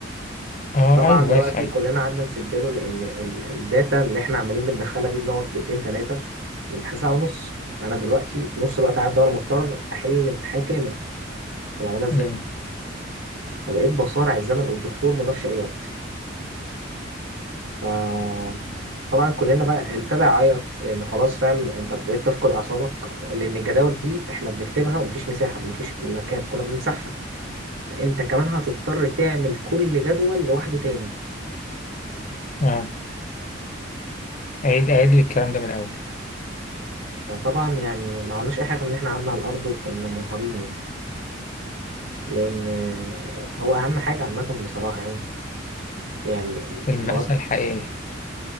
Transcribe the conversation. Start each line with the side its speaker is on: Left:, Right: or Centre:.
Left: اه
Right: طبعا
Left: ايوه
Right: دلوقتي
Left: ماشي ايوه
Right: كلنا قعدنا نسيب له لان ال- الداتا اللي احنا عمالين بندخلها دي بنقعد دقيقتين ثلاثة الامتحان ساعة ونص فانا دلوقتي نص الوقت عدى وانا مضطر احل الامتحان كامل طب عملها ازاي؟
Left: امم
Right: فبقيت بصارع الزمن والدكتور ما ضافش اي وقت فطبعا كلنا بقى ابتدى يعيط لان خلاص فاهم انت بقيت تفقد اعصابك لان الجداول دي احنا بنكتبها ومفيش مساحه مفيش مكان كنا بنمسحها فانت كمان هتضطر تعمل كل جدول لوحده تاني
Left: اه عيد عيد لي الكلام ده من الأول
Right: فطبعا يعني ما عملناش اي حاجه من ان احنا قعدنا على الارض وكنا منهارين يعني لان هو اهم حاجه عامه بصراحه يعني يعني
Left: المأساة
Right: لغايه
Left: الحقيقية